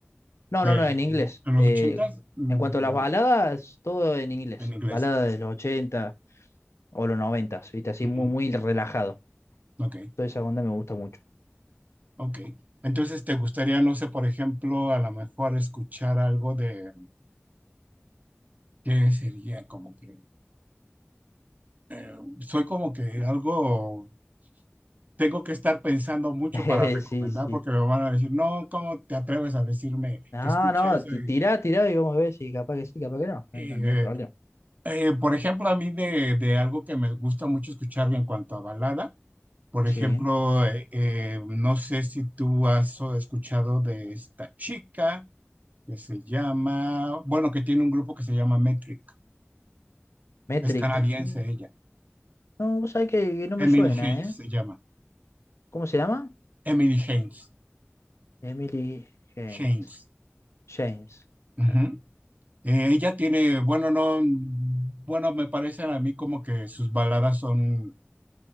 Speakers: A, on the left (about 90°); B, on the right (about 35°).
A: No,
B: De,
A: no,
B: en
A: no, en inglés.
B: los
A: Eh,
B: ochentas, mm,
A: en cuanto a las
B: no,
A: baladas, todo en inglés.
B: en inglés.
A: Balada de los 80 o los noventas, ¿viste? Así
B: Ujú,
A: muy, muy relajado.
B: Ok,
A: Toda esa onda me gusta mucho.
B: ok. Entonces, ¿te gustaría, no sé, por ejemplo, a lo mejor escuchar algo de, ¿qué sería? Como que, eh, soy como que algo, tengo que estar pensando mucho
A: Eh,
B: para recomendar
A: <laughs> Sí, sí.
B: porque me van a decir, no, ¿cómo te atreves a decirme
A: No,
B: que escuche
A: no,
B: eso?
A: ti-
B: Y,
A: tirá, tirá y vamos a ver si capaz que sí, capaz que no.
B: eh,
A: Eh, No, no hay problema.
B: eh, por ejemplo, a mí de, de algo que me gusta mucho escuchar en cuanto a balada. Por
A: Sí.
B: ejemplo, eh, eh, no sé si tú has o- escuchado de esta chica que se llama, bueno, que tiene un grupo que se llama Metric.
A: Metric.
B: Es canadiense
A: Mm,
B: ella.
A: No, vos sabés que no me
B: Emily
A: suena,
B: Haynes
A: ¿eh?
B: se llama.
A: ¿Cómo se llama?
B: Emily Haynes.
A: Emily James.
B: Haynes.
A: James.
B: Ujú.
A: Eh,
B: Eh, ella tiene, bueno, no, mm, bueno, me parecen a mí como que sus baladas son,